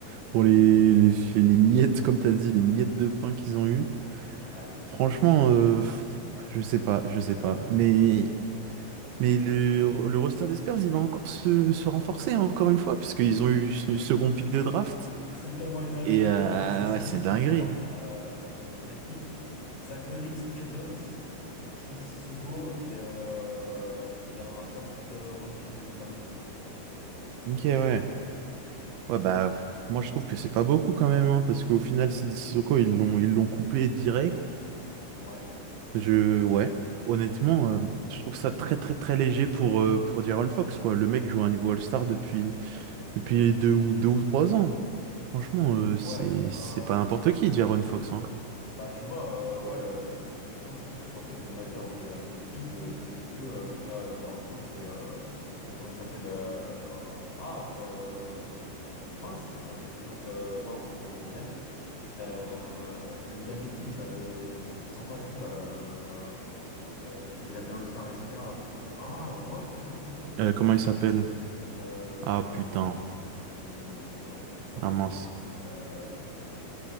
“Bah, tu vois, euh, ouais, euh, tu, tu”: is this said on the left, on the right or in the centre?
Left